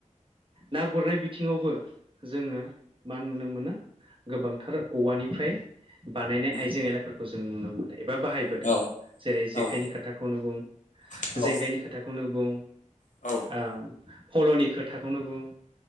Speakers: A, on the right; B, on the left.
A: ना गुरनाय बिथिंआवबो जोङो मा नुनो मोनो गोबांथार औवानिफ्राय बानायनाय आइजें
B: औ
A: आइलाफोरखौ जों नुनो मोनो एबा बाहाय बाहायबोदों
B: औ
A: जेरै जेखाइनि
B: उम औ
A: खोथाखौनो बुं
B: औ
A: जेंगाइनि
B: औ
A: खोथाखौनो बुं
B: औ
A: ओ फल'नि खोथाखौनो बुं